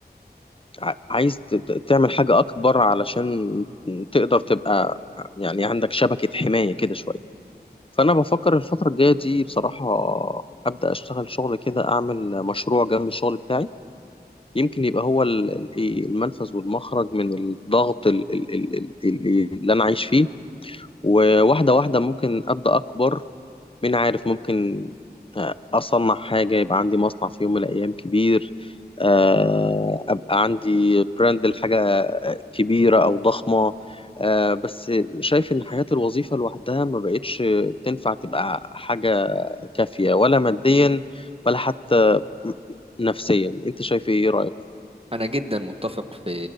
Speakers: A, on the left; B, on the right.
A: ع- عايز ت... ت- تعمل حاجه اكبر علشان تقدر تبقى يعني عندك شبكه حمايه كده شويه فانا بفكر الفتره الجايه دي بصراحه ابدا اشتغل شغل كده اعمل مشروع جنب الشغل بتاعي يمكن يبقى هو ال- ال- إيه، المنفذ والمخرج من الضغط ال- ال- ال- ال- اللي انا عايش فيه وواحدة واحدة ممكن أبدأ أكبر مين عارف ممكن آه، أصنع حاجة يبقى عندي مصنع في يوم من الأيام كبير آه، أبقى عندي براند لحاجة كبيرة أو ضخمة آه، بس شايف إن حياة الوظيفة لوحدها ما بقتش بتنفع تبقى حاجة كافية ولا ماديا ولا حتى نفسيا أنت شايف إيه إيه رأيك؟
B: أنا جدا متفق في